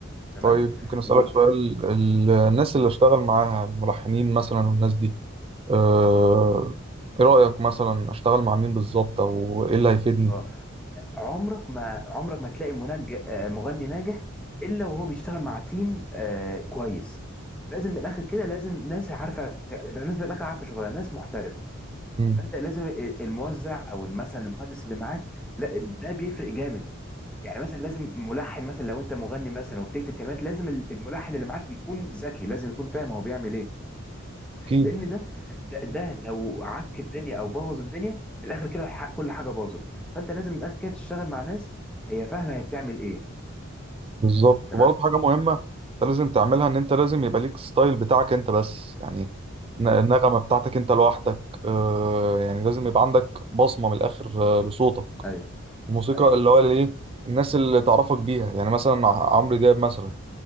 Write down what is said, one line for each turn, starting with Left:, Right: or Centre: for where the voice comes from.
Centre: تمام
Right: طيب ممكن أسألك
Centre: و
Right: سؤال ال- الناس
Centre: مم.
Right: اللي أشتغل معاها الملحنين مثلا والناس دي آه، إيه رأيك مثلا أشتغل مع مين بالظبط أو إيه اللي هيفيدني؟
Centre: اه عمرك ما عمرك ما تلاقي منج... آه، مغني ناجح الا وهو بيشتغل مع تيم آه، كويس لازم من الاخر كده لازم ناس عارفه ت- ناس من الاخر عارفه شغلها ناس محترفه
Right: مم.
Centre: فانت لازم ال- الموزع او مثلا المهندس اللي معاك لا ده بيفرق جامد يعني مثلا لازم ملحن مثلا لو انت مغني مثلا وبتكتب كلمات لازم ال- الملحن اللي معاك يكون ذكي لازم يكون فاهم هو بيعمل ايه
Right: اكيد
Centre: لان ده ده, ده لو عك الدنيا او بوظ الدنيا من الاخر كده الح- كل حاجه باظت فانت لازم من الاخر كده تشتغل مع ناس هي فاهمه هي بتعمل ايه
Right: بالظبط
Centre: تمام
Right: وبرضه حاجه مهمه انت لازم تعملها ان انت لازم يبقى ليك ستايل بتاعك انت بس يعني ن-
Centre: امم
Right: النغمه بتاعتك انت لوحدك آه يعني لازم يبقى عندك بصمه من الاخر آه لصوتك
Centre: ايوه
Right: الموسيقى
Centre: ايوه
Right: اللي هو الايه الناس اللي تعرفك بيها يعني مثلا ع- عمرو دياب مثلا